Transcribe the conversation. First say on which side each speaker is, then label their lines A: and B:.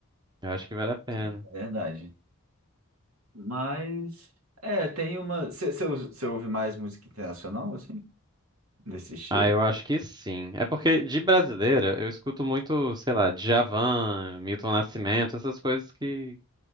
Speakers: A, on the right; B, on the right.
A: Eu acho que vale a pena.
B: Isso é verdade. Mas é, tem uma. Você ouve mais música internacional, assim? Desse estilo?
A: Ah, eu acho que sim. É porque de brasileira eu escuto muito, sei lá, Djavan, Milton Nascimento, essas coisas que